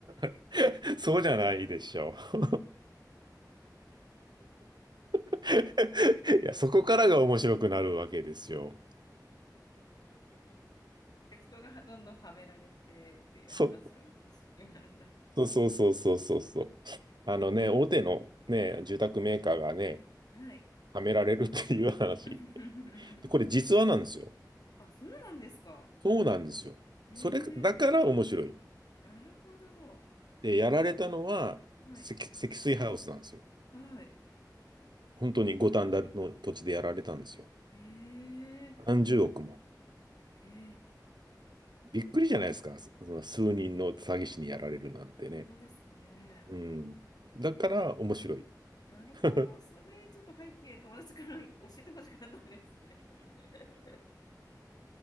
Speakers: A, on the right; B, on the left.
A: <laughs> そうじゃないでしょう。<laughs> いや、そこからが面白くなるわけですよ。
B: なんか人がどんどんはめられてっていう話を聞きまし
A: そそうそうそうそうそうそう。あのね、大手のね、住宅メーカーがね、
B: た。はい。
A: はめられるっていう話。
B: <laughs>
A: これ実話なんですよ。
B: あ、そうなんですか。
A: そうなんですよ。
B: え
A: それだから面白い。
B: ー、なるほど。
A: で、やられたのは積、
B: はい。
A: 積水ハウスなんですよ。
B: はい。
A: 本当に五反田の土地でやられたんですよ。
B: そうえー、
A: 何十億も。
B: ええ
A: びっくりじゃないですか。そその数人の詐欺師にやられるなんてね。
B: 本当ですね。
A: うん。だから面白い。
B: なるほど、
A: <laughs>
B: それちょっと背景、友達から <laughs> 教えてほしくなったんですね。<laughs>